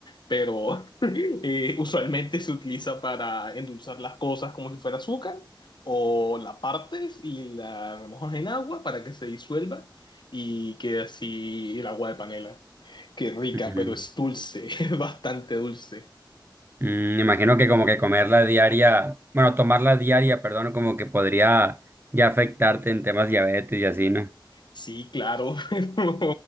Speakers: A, on the left; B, on the right.
A: pero <laughs> eh, usualmente se utiliza para endulzar las cosas como si fuera azúcar o la partes y la mojas en agua para que se disuelva y quede así el agua de panela. Qué rica,
B: Ujú.
A: pero es dulce, <laughs> es bastante dulce.
B: Mm, me imagino que como que comerla diaria, bueno, tomarla diaria, perdón, como que podría ya afectarte en temas diabetes y así, ¿no?
A: Sí, claro, <laughs> pero,